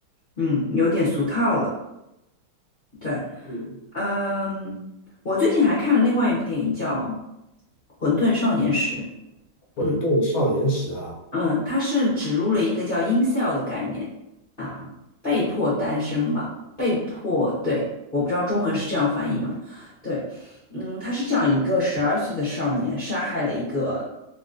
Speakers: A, on the left; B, on the left.
A: 嗯，有点俗套了。对，
B: 嗯，
A: 嗯，我最近还看了另外一部电影叫《混沌少年时》，
B: 混沌少年时啊，
A: 嗯。嗯，它是植入了一个叫 incel 的概念啊，被迫单身吧，被迫，对，我不知道中文是这样翻译吗？对，嗯，它是讲一个十二岁的少年杀害了一个，